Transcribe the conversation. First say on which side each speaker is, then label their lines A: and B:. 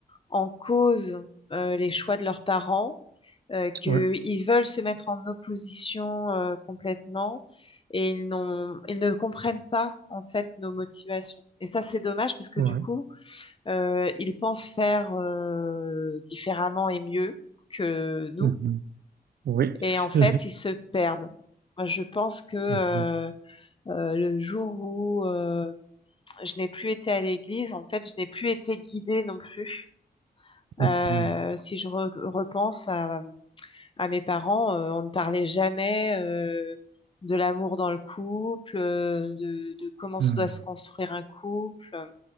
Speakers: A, on the left; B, on the right.
A: en cause euh, les choix de leurs parents, euh, qu'ils
B: Ouais.
A: veulent se mettre en opposition euh, complètement et ils n'ont, ils ne comprennent pas en fait nos motivations. Et ça, c'est dommage parce que
B: Ouais.
A: du coup, euh, ils pensent faire euh, différemment et mieux que nous
B: mhm, Oui.
A: et en fait,
B: <laughs>
A: ils se perdent. Moi, je pense que euh,
B: Mhm,
A: euh, le jour où euh, je n'ai plus été à l'église, en fait, je n'ai plus été guidée non plus
B: mhm,
A: euh, si je re- repense à, à mes parents, euh, on ne parlait jamais euh, de l'amour dans le couple, euh, de, de comment
B: mhm,
A: se doit se construire un couple. euh,